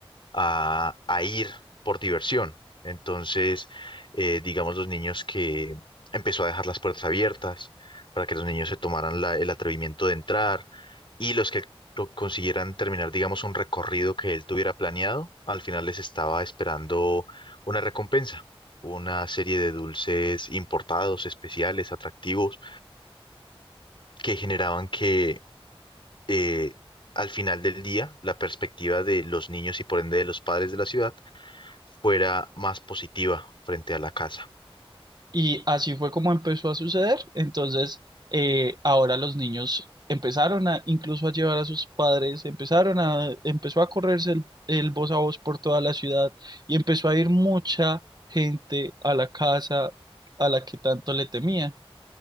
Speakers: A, on the left; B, on the right.
A: a, a ir por diversión. Entonces, eh, digamos, los niños que empezó a dejar las puertas abiertas para que los niños se tomaran la- el atrevimiento de entrar y los que lo consiguieran terminar, digamos, un recorrido que él tuviera planeado, al final les estaba esperando una recompensa. una serie de dulces importados, especiales, atractivos, que generaban que eh, al final del día la perspectiva de los niños y por ende de los padres de la ciudad fuera más positiva frente a la casa.
B: Y así fue como empezó a suceder. Entonces, eh, ahora los niños empezaron a, incluso a llevar a sus padres, empezaron a, empezó a correrse el, el voz a voz por toda la ciudad y empezó a ir mucha gente a la casa a la que tanto le temían.